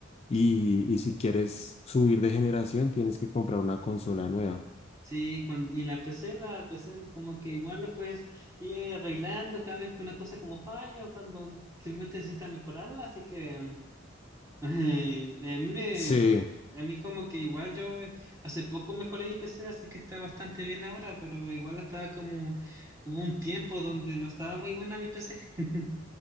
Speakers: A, on the left (about 30°); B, on the right (about 15°).
A: y,
B: Sí.
A: y si quieres subir de generación tienes que comprar una consola nueva.
B: Sí, cuan- y la PC, la PC como que igual lo puedes ir arreglando cada vez que una cosa como falla o cuando simplemente necesitas mejorarla, así que eh, <laughs> a mí, me-
A: Sí.
B: a mí como que igual yo eh, hace poco mejoré mi PC, así que está bastante bien ahora, pero igual estaba como, hubo un tiempo donde no estaba muy buena mi PC. <laughs>